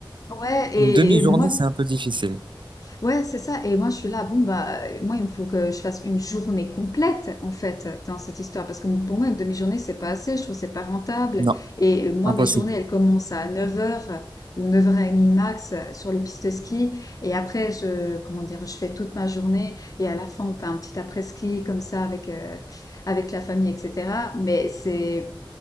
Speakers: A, on the left (about 45°); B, on the right (about 65°).
A: Ouais, et,
B: Une demi-journée,
A: et moi,
B: c'est un peu difficile.
A: ouais, c'est ça. Et moi, je suis là, bon, bah, euh, moi, il me faut que je fasse une journée complète, en fait, dans cette histoire. Parce que pour moi, une demi-journée, c'est pas assez. Je trouve que c'est pas rentable.
B: Non,
A: Et euh, moi,
B: impossible.
A: mes journées, elles commencent à neuf heures ou 9h30 max euh, sur les pistes de ski. Et après, je, comment dire, je fais toute ma journée. Et à la fin, on fait un petit après-ski, comme ça, avec, euh, avec la famille, etc. Mais c'est,